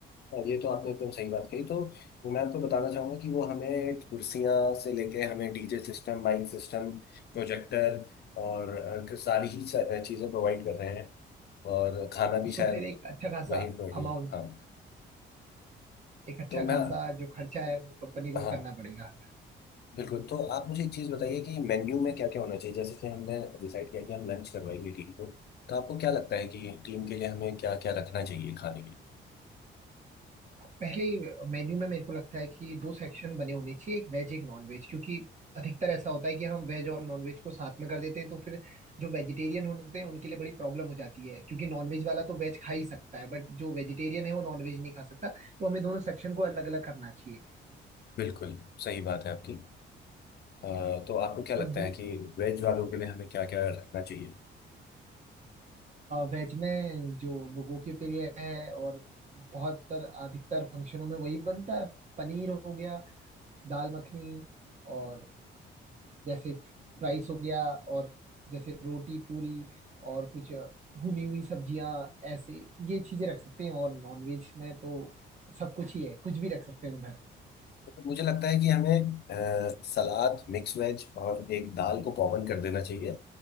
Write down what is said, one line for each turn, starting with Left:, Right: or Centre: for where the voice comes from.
Left: हाँ, ये तो आपने एकदम सही बात कही तो मैं आपको बताना चाहूंगा कि वो हमें कुर्सियां से लेके हमें DJ system mic system projector और अ, सारी ही चीज़ें प्रोवाइड कर रहे हैं और खाना भी शायद
Right: सो फिर एक अच्छा खासा
Left: वही प्रोवाइड
Right: अमाउंट
Left: हाँ
Right: एक अच्छा
Left: तो मैं
Right: खासा जो खर्चा है वो कंपनी को
Left: हाँ
Right: करना पड़ेगा
Left: बिल्कुल तो आप मुझे एक चीज़ बताइए कि मेन्यू में क्या क्या होना चाहिए जैसे कि हमने डिसाइड किया कि हम लंच करवाएंगे टीम को तो आपको क्या लगता है कि टीम के लिए हमें क्या क्या रखना चाहिए खाने के
Right: पहले मेन्यू में मेरे को लगता है कि दो सेक्शन बने होने चाहिए एक वेज एक नॉन वेज क्योंकि अधिकतर ऐसा होता है कि हम वेज और नॉन वेज को साथ में कर देते हैं तो फिर जो वेजिटेरियन होते हैं उनके लिए बड़ी प्रॉब्लम हो जाती है क्योंकि नॉन वेज वाला तो वेज खा ही सकता है बट जो वेजिटेरियन है वो नॉन वेज नहीं खा सकता तो हमें दोनों सेक्शन को अलग अलग करना चाहिए
Left: बिल्कुल सही बात है आपकी अ, तो आपको क्या लगता
Right: और
Left: है कि वेज वालों के लिए हमें क्या क्या रखना चाहिए
Right: वेज में जो लोगों के प्रिय है और बहुत तर अधिकतर फंक्शनों में वही बनता है पनीर हो गया दाल मखनी और जैसे राइस हो गया और जैसे रोटी पूरी और कुछ भुनी हुई सब्जियां ऐसे ये चीजें रख सकते हैं और नॉनवेज में तो सब कुछ ही है कुछ भी रख सकते हैं उधर
Left: तो मुझे लगता है कि हमें अ, सलाद मिक्स वेज और एक दाल को कॉमन कर देना चाहिए